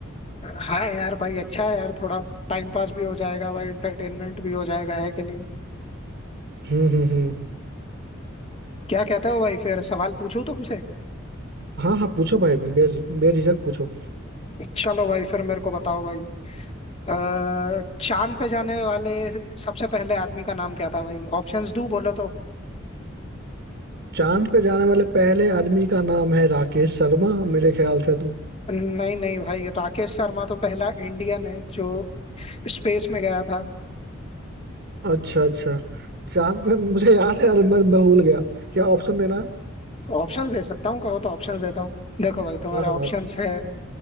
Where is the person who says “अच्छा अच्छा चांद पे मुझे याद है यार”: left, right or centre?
Right